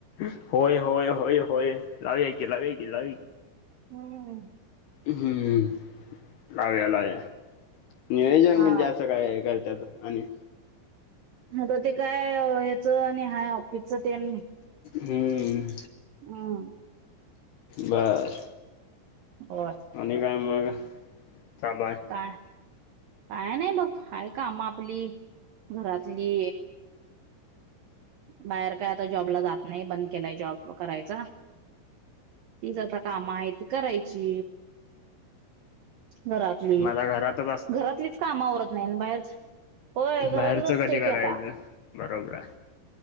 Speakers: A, on the left; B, on the right.
A: ह होय होय होय होय लाउयीकी लाउया की लाउयाकी
B: हुम्म
A: हुम्म लाव्या लाव्या नियोजन
B: हा
A: म्हणजे असं काय करत्यात आणि
B: आता ते काय ह्याचं आणि हाय आपेच तेन
A: हुम्म
B: हुम
A: बर
B: बर
A: आणि काय मग चालू आहे
B: काय काय नाही बघ आहे काम आपली घरातली बाहेर काय आता जॉबला जात नाही बंद केलाय जॉब करायचा तीचत आता काम आहेत ती करायची घरातली
A: माझा घरातच असतय
B: घरातलीच कामावरत नाही बाहेरच होय घरातच
A: बाहेरचं
B: असतोय
A: कधी करायचं
B: की आता
A: बरोबर हाय